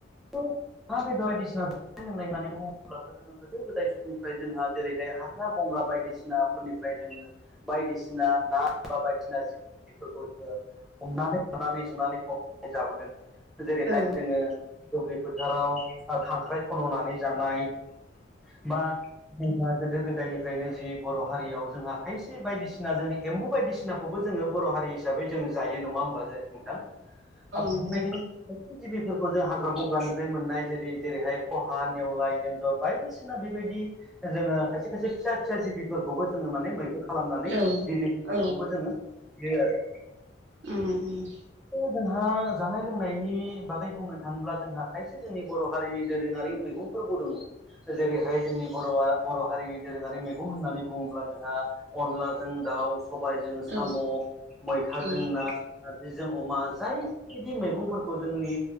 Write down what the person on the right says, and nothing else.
औ
औ
नोंथां
औ
औ नोंथां औ
उम उम
औ
औ